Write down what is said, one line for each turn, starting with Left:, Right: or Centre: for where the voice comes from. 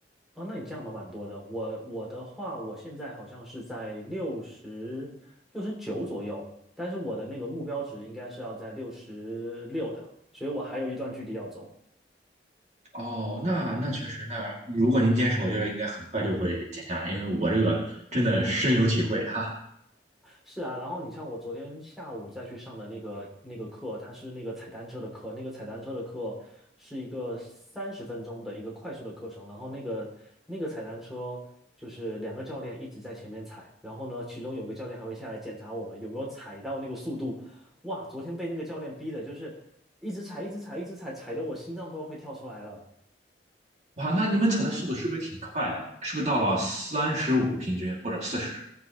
Centre: 哦，那你降的蛮多的。我我的话，我现在好像是在六十六十九左右，但是我的那个目标值应该是要在六十六的，所以我还有一段距离要走。
Right: 哦，那那确实，那如果您坚持，我觉得应该很快就会减下来，因为我这个真的深有体会哈。
Centre: 是啊，然后你像我昨天下午再去上的那个那个课，它是那个踩单车的课，那个踩单车的课是一个三十分钟的一个快速的课程，然后那个那个踩单车就是两个教练一直在前面踩，然后呢，其中有个教练还会下来检查我们有没有踩到那个速度。哇，昨天被那个教练逼的，就是一直踩，一直踩，一直踩，踩得我心脏都要快跳出来了。
Right: 哇，那你们踩的速度是不是挺快的？是不是到了三十五平均或者四十？